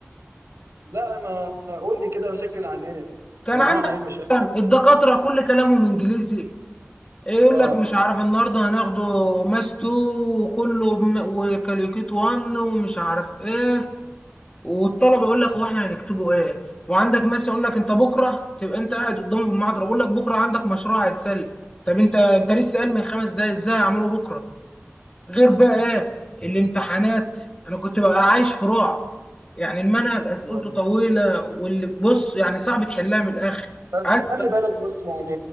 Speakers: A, on the right; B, on the left.
A: لا ما قول لي كده مشاكل عن ايه
B: كان
A: آه،
B: عندك
A: نوعها ايه المشاكل
B: مثلاً الدكاترة كل كلامهم انجليزي إيه يقول
A: اه
B: لك مش عارف النهارده هناخده ماس 2 وكله بم- وكاليوكيت 1 ومش عارف ايه والطلبه يقول لك هو احنا هنكتبه ايه وعندك ماس يقول لك انت بكره تبقى انت قاعد قدامه في المحاضره بيقول لك بكره عندك مشروع هيتسلم طب انت انت لسه قال من خمس دقايق ازاي هعمله بكره غير بقى ايه الامتحانات انا كنت ببقى عايش في رعب يعني المنهج اسئلته
A: أيوة.
B: طويله واللي بص يعني صعب تحلها من الاخر
A: بس
B: عايز
A: خلي بالك بص يعني,